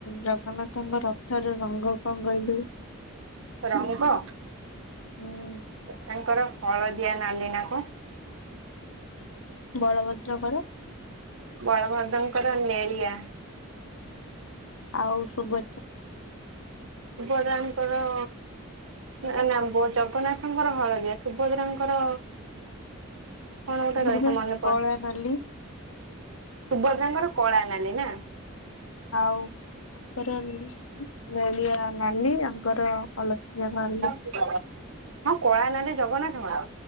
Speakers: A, on the left; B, on the right.
A: ଜଗନ୍ନାଥଙ୍କ ରଥ ର ରଙ୍ଗ କଣ କହିଲୁ?
B: ରଙ୍ଗ।
A: ହୁଁ।
B: ତାଙ୍କର ହଳଦିଆ ନାଲି ନା କ
A: ବଳଭଦ୍ର ଙ୍କର?
B: ବଳଭଦ୍ରଙ୍କର ନେଳିଆ।
A: ଆଉ ସୁଭ
B: ସୁଭଦ୍ରା ଙ୍କର ନା ନା ଜଗନ୍ନାଥଙ୍କର ହଳଦିଆ ସୁଭଦ୍ରାଙ୍କର କଣ ଗୋଟେ
A: ତାଙ୍କର
B: ରହିଥା
A: ପୁରା
B: ମନେ
A: କଳା
B: ପ
A: ନାଲି।
B: ସୁଭଦ୍ରା ଙ୍କର କଳା ନାଲି ନା।
A: ଆଉ। ଆଙ୍କର ନେଳିଆ ନାଲି ଆଙ୍କର ହଳଦିଆ ନାଲି।
B: ହିଁ କଳା ନାଲି ଜଗନ୍ନାଥଙ୍କର।